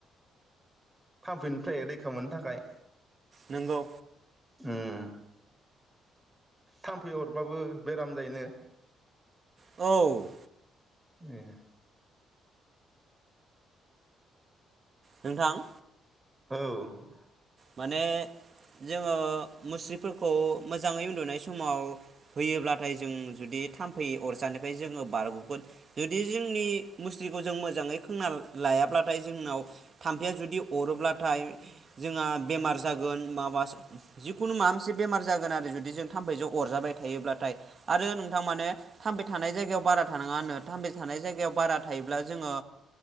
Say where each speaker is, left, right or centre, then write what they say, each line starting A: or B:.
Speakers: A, on the right (about 15°); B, on the right (about 45°).
A: थाम्फैनिफ्राय रैखा मोननो थाखाय
B: नंगौ
A: उम थाम्फै अरबाबो बेराम जायोनो
B: औ
A: ए
B: नोंथां
A: औ
B: माने जोङो मुस्रिफोरखौ मोजाङै उन्दुनाय समाव होयोब्लाथाय जों जुदि थाम्फै अरजानिफ्राय जोङो बारग'गोन जुदि जोंनि मुस्रिखौ जों मोजाङै खोंना ला लायाब्लाथाय जोंनाव थाम्फैया जुदि अरोब्लाथाय जोंहा बेमार जागोन माबा जिखुनु माबा मोनसे बेमार जागोन आरो जुदि जों थाम्फैजों अरजाबाय थायोब्लाथाय आरो नोंथां माने थाम्फै थानाय जायगायाव बारा थानाङा होनो थाम्फै थानाय जायगायाव बारा थायोब्ला जोङो